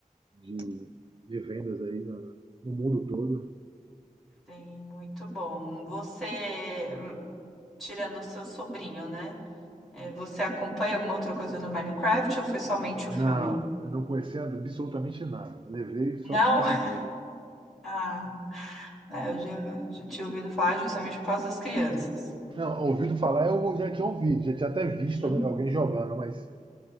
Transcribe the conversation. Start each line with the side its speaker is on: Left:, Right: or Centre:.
Right: de, de vendas aí no, no mundo todo.
Centre: Tem muito bom. Você, tirando o seu sobrinho, né? É, Você acompanha alguma outra coisa no Minecraft ou foi somente o
Right: Não,
Centre: filme?
Right: eu não conhecia absolutamente nada. Eu Levei só
Centre: Não?
Right: por causa
Centre: <laughs>
Right: dele.
Centre: Ah, é, eu já, já tinha ouvido falar justamente por causa das crianças.
Right: Não, ouvido falar, eu já tinha ouvido, já tinha até visto
Centre: Hum.
Right: alguém, alguém jogando, mas